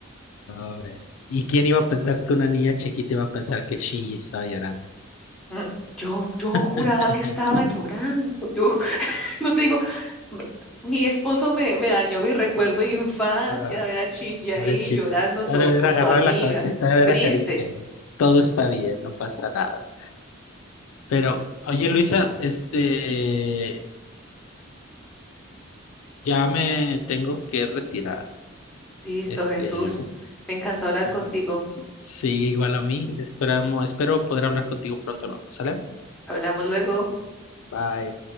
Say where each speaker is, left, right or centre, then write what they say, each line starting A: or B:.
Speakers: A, on the left; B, in the centre.
A: No, ve. ¿Y quién iba a pensar que una niña chiquita iba a pensar que Shinji estaba llorando?
B: Mm, Yo, yo juraba
A: <laughs>
B: que estaba llorando. Yo <laughs> no te digo, me- mi esposo me, me dañó mi recuerdo de infancia,
A: Ah,
B: ver a Shinji
A: pobrecita.
B: ahí llorando
A: Te
B: todo
A: ha de haber
B: por
A: agarrado
B: su amiga.
A: la cabeza y te ha de haber
B: Triste.
A: acariciado. Todo está bien, no pasa nada. Pero, oye, Luisa, este, ya me tengo que retirar.
B: Listo,
A: Este,
B: Jesús. Me encantó hablar
A: mm,
B: contigo.
A: sí, igual a mí. Esperamos, espero poder hablar contigo pronto, ¿no? ¿Sale?
B: Hablamos luego.
A: Bye.